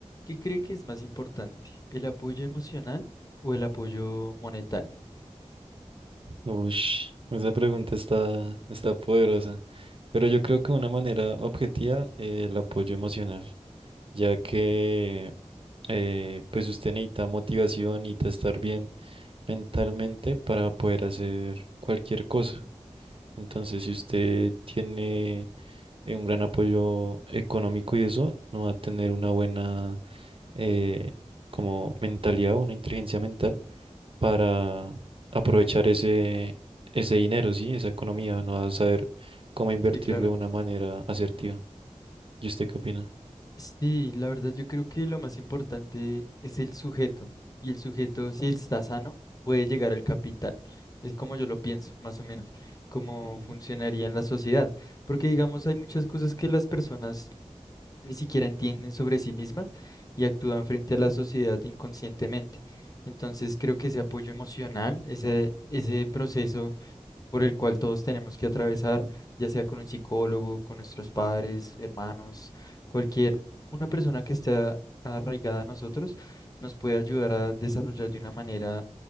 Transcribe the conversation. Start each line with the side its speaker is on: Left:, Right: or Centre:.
Left: ¿Qué cree que es más importante, el apoyo emocional o el apoyo monetario?
Right: Ush, esa pregunta está, está poderosa. Pero yo creo que de una manera objetiva, eh, el apoyo emocional, ya que eh, pues usted necesita motivación, necesita estar bien mentalmente para poder hacer cualquier cosa. Entonces, si usted tiene eh, un gran apoyo económico y eso, no va a tener una buena eh, como mentalidad o una inteligencia mental para aprovechar ese, ese dinero, ¿sí? Esa economía, no va a saber cómo invertirlo
Left: Sí, claro.
Right: de una manera asertiva. ¿Y usted qué opina?
Left: Sí, la verdad yo creo que lo más importante es el sujeto y el sujeto si está sano puede llegar al capital. Es como yo lo pienso, más o menos, cómo
Right: Ujú.
Left: funcionaría en la sociedad. Porque digamos, hay muchas cosas que las personas ni siquiera entienden sobre sí mismas y actúan frente a la sociedad inconscientemente. Entonces creo que ese apoyo emocional, ese, ese proceso por el cual todos tenemos que atravesar, ya sea con un psicólogo, con nuestros padres, hermanos, cualquier, una persona que esté arraigada a nosotros nos puede ayudar a desarrollar de una manera